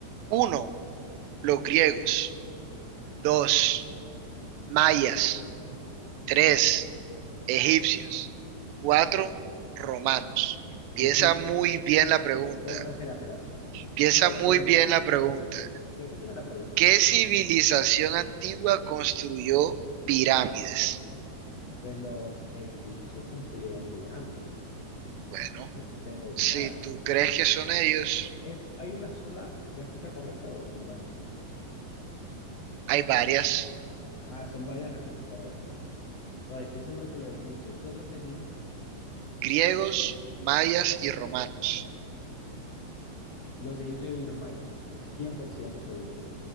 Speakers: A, on the right; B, on the left.
A: Uno, los griegos. Dos, mayas. Tres, egipcios. Cuatro, romanos. Piensa
B: Egipcios.
A: muy bien la pregunta.
B: Bueno, espera, espera.
A: Piensa
B: ¿Cómo es
A: muy
B: la pregunta?
A: bien la pregunta.
B: Repíteme la pregunta.
A: ¿Qué civilización antigua construyó pirámides?
B: Pues los egipcios construyeron pirámides.
A: Bueno,
B: Eso esto tengo
A: Si
B: claro.
A: tú crees que son ellos,
B: ¿Es, hay una sola respuesta correcta o son varias?
A: hay varias.
B: Ah, son varias respuestas correctas. No, estoy seguro que los egipcios. ¿Qué otros me dijiste?
A: Griegos, mayas y romanos.
B: Los egipcios y los mayas. 100% seguro.